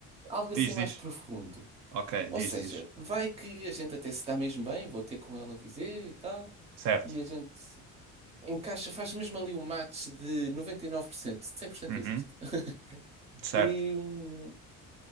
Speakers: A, on the right; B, on the right.
A: algo assim
B: Diz,
A: mais
B: diz.
A: profundo.
B: Ok, diz,
A: Ou seja,
B: diz.
A: vai que a gente até se dá mesmo bem, vou ter com ela a dizer e tal,
B: Certo.
A: e a gente encaixa, faz mesmo ali o match de 99%, 100%
B: Uhum.
A: não existe. <laughs>
B: Certo.
A: E, hum,